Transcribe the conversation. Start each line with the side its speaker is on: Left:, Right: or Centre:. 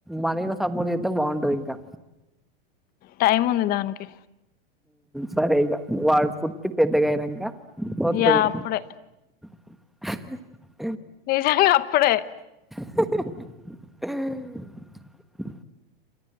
Centre: మనీ లో సపోర్ట్ చేస్తే బాగుంటుంది ఇంకా
Left: టైం ఉంది దానికి
Centre: సరేగా వాడు పుట్టి పెద్దగా అయినాక వస్తది
Left: యా అప్పుడె
Centre: <inaudible>
Left: నిజా కప్పుడే
Centre: <inaudible>